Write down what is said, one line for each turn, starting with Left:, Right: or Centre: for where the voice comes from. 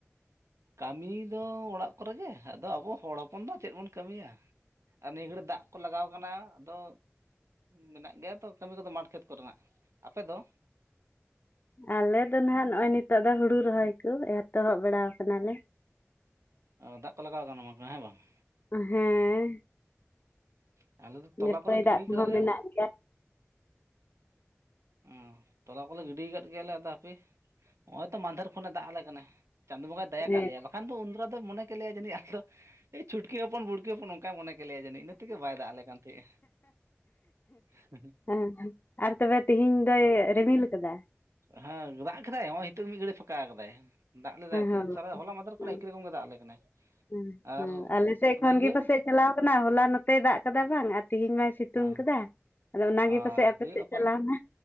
Right: ᱠᱟᱹᱢᱤ ᱫᱚ ᱚᱲᱟᱜ ᱠᱚᱨᱮᱜᱮ, ᱟᱫᱚ ᱟᱵᱚ ᱦᱚᱲ ᱦᱚᱯᱚᱱ ᱫᱚ ᱪᱮᱫ ᱵᱚᱱ ᱠᱟᱹᱢᱤᱭᱟ? ᱟᱨ ᱱᱤᱭᱟᱹ ᱜᱷᱟᱹᱲᱤ ᱫᱟᱜ ᱠᱚ ᱞᱟᱜᱟᱣ <inaudible> <unintelligible> ᱟᱫᱚ ᱢᱮᱱᱟᱜ ᱜᱮᱭᱟ ᱛᱚ ᱠᱟᱹᱢᱤ ᱠᱚᱫᱚ ᱢᱟᱴ ᱠᱷᱮᱛ ᱠᱚᱨᱮᱱᱟᱜ ᱟᱯᱮ ᱫᱚ?
Left: ᱟᱞᱮ ᱫᱚ ᱱᱷᱟᱜ ᱱᱚᱜᱼᱚᱭ ᱱᱤᱛᱚᱜ ᱫᱚ ᱦᱩᱲᱩ ᱨᱚᱦᱚᱭ ᱠᱚ ᱮᱛᱚᱦᱚᱵ ᱵᱟᱲᱟᱣᱟ ᱠᱟᱱᱟ ᱞᱮ᱾
Right: <unintelligible> ᱫᱟᱜ ᱠᱚ ᱞᱟᱜᱟᱣ ᱟᱠᱟᱱᱟ ᱵᱟᱝᱠᱷᱟᱱ ᱦᱮᱸ ᱵᱟᱝ <unintelligible>
Left: ᱦᱮᱸᱻ
Right: ᱟᱞᱮ ᱫᱚ <inaudible>
Left: ᱡᱷᱟᱹᱯᱟᱹᱭ
Right: ᱜᱤᱰᱤ
Left: ᱫᱟᱜ ᱠᱚᱦᱚᱸ
Right: ᱠᱟᱫᱟᱞᱮ
Left: ᱢᱮᱱᱟᱜ ᱜᱮᱭᱟ᱾
Right: ᱚᱸ ᱛᱚᱞᱟ ᱠᱚᱞᱮ ᱜᱤᱰᱤ ᱟᱠᱟᱫ ᱜᱮᱭᱟᱞᱮ ᱟᱫᱚ ᱦᱟᱯᱮ ᱱᱚᱜᱼᱚᱭ ᱛᱚ ᱢᱟᱫᱷᱮᱨ ᱠᱷᱚᱱᱮ ᱫᱟᱜ ᱟᱞᱮ ᱠᱟᱱᱟᱭ᱾ ᱪᱟᱸᱫᱳ ᱵᱚᱸᱜᱟᱭ ᱫᱟᱭᱟ
Left: ᱦᱮᱸ
Right: ᱠᱟᱫ ᱞᱮᱭᱟ, ᱵᱟᱠᱷᱟᱱ ᱫᱚ ᱩᱱ ᱫᱟᱨᱟ ᱫᱚ ᱢᱚᱱᱮ ᱠᱮᱫ ᱞᱮᱭᱟ ᱡᱟᱹᱱᱤᱡ ᱟᱯᱮ ᱫᱚ <inaudible> ᱪᱷᱩᱴᱠᱤ ᱦᱚᱯᱚᱱ ᱵᱩᱲᱠᱤ ᱦᱚᱯᱚᱱ ᱱᱚᱝᱠᱟᱭ ᱢᱚᱱᱮ ᱠᱮᱜᱮᱭᱟ ᱡᱟᱹᱱᱤᱡ ᱤᱱᱟᱹ ᱛᱮᱜᱮ ᱵᱟᱭ ᱫᱟᱜ ᱟᱞᱮ ᱠᱟᱱ ᱛᱟᱦᱮᱸᱫᱼᱟ᱾ <unintelligible>
Left: ᱦᱮᱸ ᱦᱮᱸ ᱟᱨ ᱛᱚᱵᱮ ᱛᱤᱦᱤᱧ ᱫᱚᱭ ᱨᱤᱢᱤᱞ ᱟᱠᱟᱫᱟ?
Right: ᱦᱮᱸ ᱫᱟᱜ ᱠᱮᱫᱟᱭ ᱦᱚᱸᱜᱼᱚᱸᱭ ᱱᱤᱛᱚᱜ ᱢᱤᱫ ᱜᱷᱟᱹᱲᱤᱡ ᱯᱷᱟᱸᱠᱟ ᱟᱠᱟᱫᱟᱭ᱾ ᱫᱟᱜ ᱞᱮᱫᱟᱭ
Left: ᱦᱮᱸ
Right: ᱛᱮᱦᱮᱧ
Left: ᱦᱮᱸ
Right: ᱥᱟᱨᱟ ᱦᱚᱞᱟ ᱢᱟᱫᱷᱮᱨ ᱠᱷᱚᱱᱟᱜ
Left: ᱦᱮᱸ
Right: ᱮᱠᱤ ᱨᱚᱠᱚᱢ ᱜᱮ ᱫᱟᱜ ᱟᱞᱮ ᱠᱟᱱᱟᱭ᱾
Left: <unintelligible>
Right: ᱟᱨ
Left: ᱟᱞᱮ ᱥᱮᱫ
Right: ᱚᱱᱮ
Left: ᱠᱷᱚᱱ
Right: ᱤᱭᱟᱹ
Left: ᱜᱮ ᱯᱟᱥᱮᱡ ᱪᱟᱞᱟᱣ ᱠᱟᱱᱟ ᱦᱚᱞᱟ ᱱᱚᱛᱮ ᱫᱟᱜ ᱠᱟᱫᱟᱭ ᱵᱟᱝ᱾ ᱛᱤᱦᱤᱧ ᱢᱟᱭ ᱥᱤᱛᱩᱝ
Right: ᱦᱮᱸ
Left: ᱠᱟᱫᱟ ᱟᱫᱚ ᱚᱱᱟᱜᱮ
Right: ᱦᱮᱸ
Left: ᱯᱟᱥᱮᱡ ᱟᱯᱮ
Right: ᱦᱩᱭᱩᱜᱼᱟ
Left: ᱥᱮᱫ
Right: ᱯᱟᱞᱮ
Left: ᱪᱟᱞᱟᱣᱱᱟ᱾